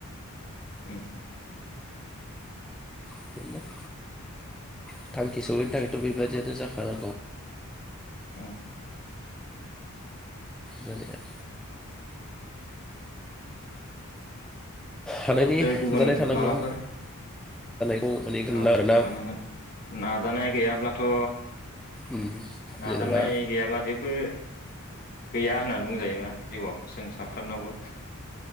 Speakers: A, on the left; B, in the centre.
A: उम।
B: <unintelligible> थांखि सहैनो थाखायथ' बेबादियाथ' जाखानांगौ।
A: औ।
B: जानाया हानायनि
A: आरो गुबुन
B: नुजानाया थानां
A: माबाफोर
B: नङा <unintelligible> गोनां
A: औ
B: आरोना
A: थानांगोन नाजानाय गैयाब्ला थ'
B: उम
A: नाजानाय
B: जेनेबा
A: गैयाबा जेबो गैया होननानै बुंजायो ना जिउआव जों साफ्रोमनावबो।